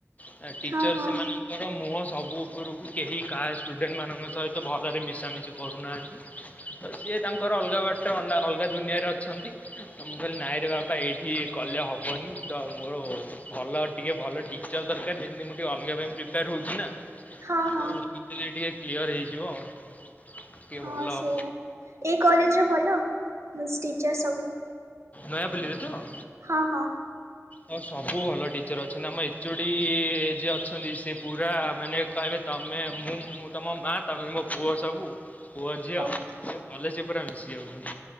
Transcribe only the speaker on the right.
ହଁ ହଁ
ହଁ ହଁ
ହଁ
ସେୟା
ଏଇ କଲେଜରେ ଭଲ ଉଁ ଟିଚର୍ ସବୁ?
ହଁ-ହଁ।
ହଉ